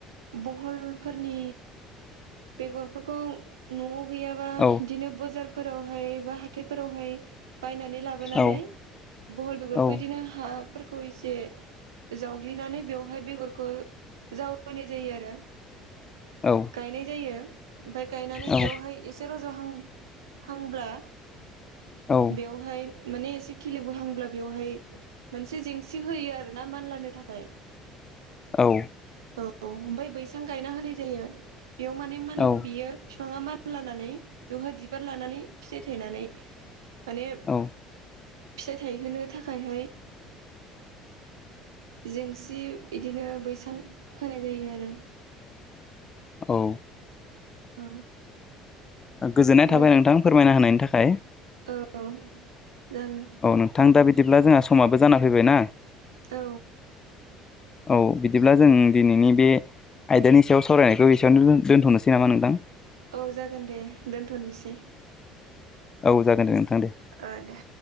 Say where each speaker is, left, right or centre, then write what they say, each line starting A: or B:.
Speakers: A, on the right; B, on the left.
A: बहलफोरनि बेगरफोरखौ न'आव गैयाबा
B: औ
A: बिदिनो बजारफोरावहाय बा हाथ हाथाइफोरावहाय बायनानै लाबोनानै
B: औ
A: बहल बेगरखौ
B: औ
A: इदिनो हाफोरखौ एसे जावग्लिनानै बेवहाय बेगरखौ जावैनाय जायो आरो।
B: औ
A: गायनाय जायो ओमफाय गायनानै
B: औ
A: बेवहाय एसे रज'हां हांब्ला
B: औ
A: बेवहाय माने एसे खिलिबोहांब्ला बेवहाय मोनसे जेंसि होयो आरोना मान लानो थाखाय।
B: औ।
A: औ ओमफफ्राय बैसां गायना होनाय जायो। बेयाव माने म
B: औ
A: बियो बिफाङा मान लानानै बेवहाय बिबार लानानै फिथाइ थायनानै माने
B: औ।
A: फिथाइ थायहोनो थाखायहाय जेंसि बिदिनो बैसां होनाय जायो आरो।
B: औ।
A: औ
B: गोजोननाय थाबाय
A: नों
B: नोंथां फोरमायना होनायनि थाखाय
A: औ जागोन
B: औ नोंथां दा बिदिब्ला जोंहा समाबो जाना फैबाय ना
A: औ।
B: औ बिदिब्ला जों दिनैनि बे आयदानि सायाव सावरायनायखौ एसेयावनो दोनथ'नोसै नामा नोंथां?
A: औ जागोन दे दोनथ'नोसै।
B: औ जागोन दे नोंथां दे
A: ओ दे